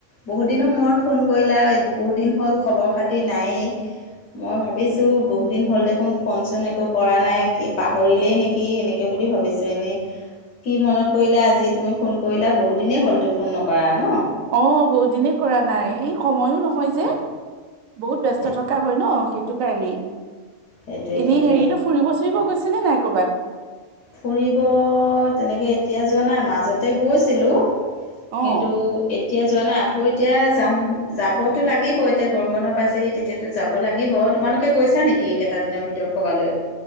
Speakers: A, on the left; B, on the right.
A: বহুত দিনৰ মূৰত ফোন কৰিলা বহুত দিন হ'ল খবৰ খাতি নায়েই, মই ভাবো ভাবিছোঁ বহুতদিন হ'ল দেখোন ফোননচোন একো পৰা নাই কি পাহৰিলেই নেকি এনেকৈ বুলি ভাবিছোঁ এনেই কি মনত পৰিলে আজিত তুমি ফোন কৰিলা, বহুত দিনেই হ'লতো ফোন নকৰা ন।
B: অ' বহুত দিনে কৰা নাই, এই সময়ো নহয় যে। বহুত ব্যস্ত
A: সেই-
B: থকা হয় ন, সেইটো কাৰণেই
A: সেইটোৱে
B: এনে
A: সেইটোৱে
B: হেৰি ন ফুৰিব ফুৰিব গৈছেনে নাই কৰ'বাত?
A: ফুৰিব তেনেকে, এতিয়া যোৱা নাই, মাজতে গৈছিলোঁ।
B: অ
A: কিন্তু এতিয়া যোৱা নাই। আকৌ এতিয়া যাম, যাবতো লাগিব এতিয়া। গৰম বন্ধ পাইছেহি, তেতিয়াতো যাব লাগিব। তোমালোকে গৈছা? <inaudible> চা নেকি কেইটা দিনৰ ভিতৰত কবালৈ?